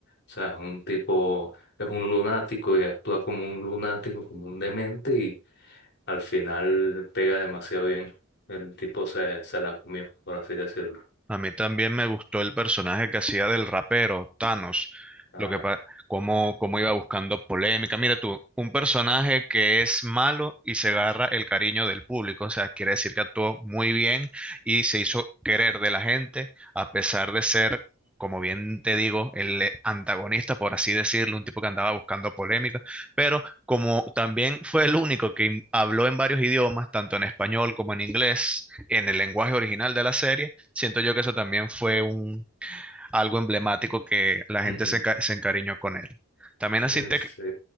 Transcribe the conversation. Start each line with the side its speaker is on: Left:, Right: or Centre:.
Left: O sea, es un tipo, es un lunático y actúa como un lunático, como un demente y al final pega demasiado bien. El tipo se, se la comió, por así decirlo.
Centre: A mí también me gustó el personaje que hacía del rapero, Thanos,
Left: Ah,
Centre: lo que pa- cómo, cómo iba buscando polémica. Mira tú, un personaje que es malo y se agarra el cariño del público, o sea, quiere decir que actuó muy bien y se hizo querer de la gente, a pesar de ser, como bien te digo, el eh, antagonista, por así decirlo, un tipo que andaba buscando polémica, pero como también fue el único que in- habló en varios idiomas, tanto en español como en inglés, en el lenguaje original de la serie siento yo que eso también fue un, algo emblemático que la
Left: ujú.
Centre: gente se, enca- se encariñó con él. También
Left: Mm,
Centre: así te,
Left: sí.